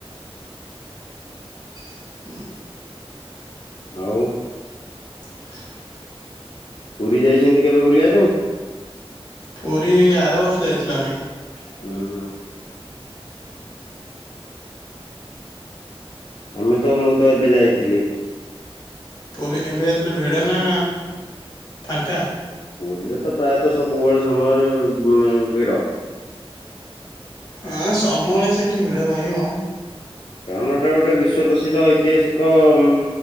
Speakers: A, on the left; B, on the left.
A: <unintelligible>
B: ଆଉ
A: <inaudible>
B: ପୁରୀ ଯାଇଛନ୍ତି କେବେ ବୁଲିବା ପାଇଁ।
A: ପୁରୀ ଆର ବର୍ଷ ଯାଇଥିଲୁ ଆମେ।
B: ଉଁ, ଉଁ। ଆମେ ତ ମୁଁ ତ ଏବେ ଯାଇଥିଲି।
A: ପୁରୀ ଏବେ ଯାଇଥିଲା ଭିଡ଼ ନା ଫାଙ୍କା
B: ପୁରୀରେ ତ ପ୍ରାୟତଃ ସବୁବେଳେ ସମୟରେ ଭିଡ।
A: ହଁ ସବୁବେଳେ ସେଠି ଭିଡ଼ ରହିବ।
B: ଧାମଟା ଗୋଟେ ବିଶ୍ଵ ପ୍ର୍ରସିଦ୍ଧ ଐତିହାସିକ ଉ